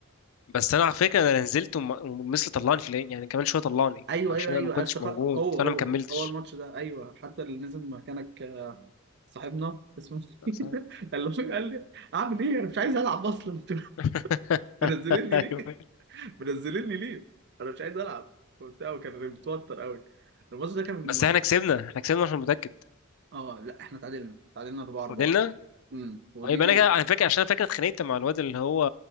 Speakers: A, on the left; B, on the right.
A: بس انا على فكرة انا نزلت وم- ومثل طلعني في العين يعني كمان شوية طلعني
B: ايوه
A: عشان
B: ايوه ايوه أيوه،
A: انا ما كنتش
B: افتكر
A: موجود
B: هو
A: فانا
B: هو
A: ما كملتش
B: هو الماتش ده ايوه حتى اللي نزل مكانك صاحبنا اسمه <laughs>
A: بس-
B: إيه ده؟ قال له قال لي اعمل ايه انا مش عايز العب اصلا <laughs>
A: <laughs>
B: منزليني
A: أيوة.
B: ليه؟ منزليني ليه؟ انا مش عايز العب وبتاع وكان متوتر قوي الماتش ده كان من
A: بس
B: المدرسه
A: احنا كسبنا احنا كسبنا عشان متأكد
B: اه لا احنا تعادلنا تعادلنا 4 4
A: فضلنا
B: امم ودي
A: طيب انا كده انا فاكر عشان انا فاكر اتخانقت مع الواد اللي هو